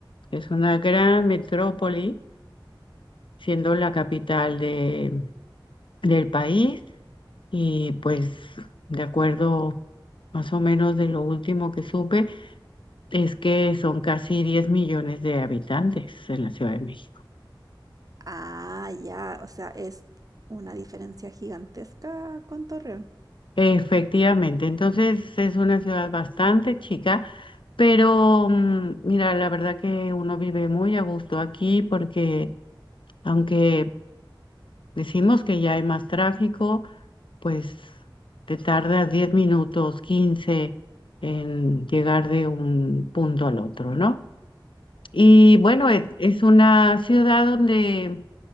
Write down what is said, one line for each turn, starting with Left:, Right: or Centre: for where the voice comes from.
Left: es una gran metrópoli, siendo la capital de, del país y pues de acuerdo más o menos de lo último que supe, es que son casi 10 millones de habitantes en la Ciudad de México.
Right: Ah, ya, o sea, es una diferencia gigantesca con Torreón.
Left: Efectivamente, entonces es una ciudad bastante chica, pero mm, mira, la verdad que uno vive muy a gusto aquí porque aunque decimos que ya hay más tráfico, pues te tardas 10 minutos, 15 en llegar de un punto al otro, ¿no? Y bueno,
Right: Bueno.
Left: e- es una ciudad donde